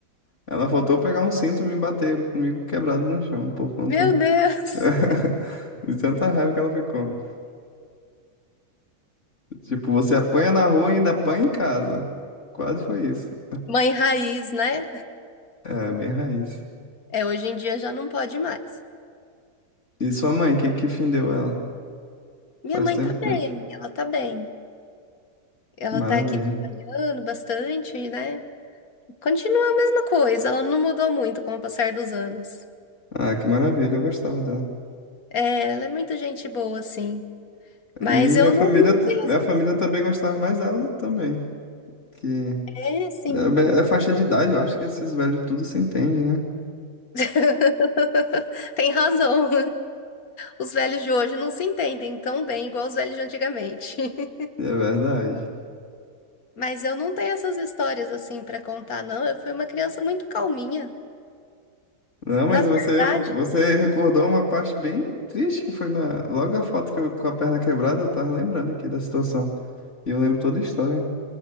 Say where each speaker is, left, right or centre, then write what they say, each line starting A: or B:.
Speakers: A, on the left (about 50°); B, on the left (about 65°).
A: Ela faltou pegar um cinto e me bater comigo quebrado no chão por conta
B: Meu Deus!
A: <laughs> de tanta raiva que ela ficou. Tipo, você apanha na rua e ainda apanha em casa. Quase foi isso.
B: <laughs> Mãe raiz, né?
A: É, bem raiz.
B: É, hoje em dia já não pode mais.
A: E sua mãe, que, que fim deu ela?
B: Minha
A: Faz
B: mãe
A: tempo
B: tá bem,
A: que eu...
B: ela tá bem. Ela
A: Maravilha.
B: tá aqui trabalhando bastante, né? Continua a mesma coisa, ela não mudou muito com o passar dos anos.
A: Ah, que maravilha, eu gostava dela.
B: É, ela é muito gente boa, assim. Mas
A: E
B: eu
A: minha família,
B: não, não tenho.
A: minha família também gostava mais dela também. Que
B: É, sim.
A: É, be- é faixa de idade, eu acho que esses velhos tudo se entende, né?
B: <laughs> Tem razão. Os velhos de hoje não se entendem tão bem igual os velhos de antigamente. <laughs>
A: É verdade.
B: Mas eu não tenho essas histórias assim pra contar, não. Eu fui uma criança muito calminha.
A: Não, mas
B: Na verdade,
A: você, você recordou uma parte bem triste que foi na, logo a foto que eu com a perna quebrada, eu tava lembrando aqui da situação. E eu lembro toda a história.